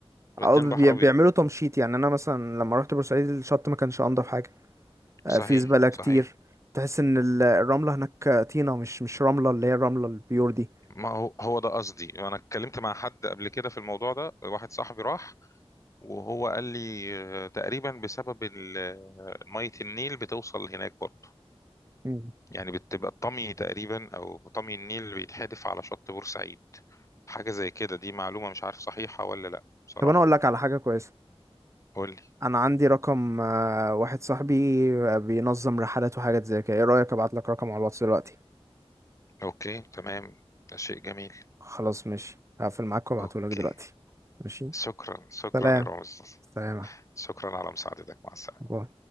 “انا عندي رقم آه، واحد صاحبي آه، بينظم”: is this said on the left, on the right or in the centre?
Right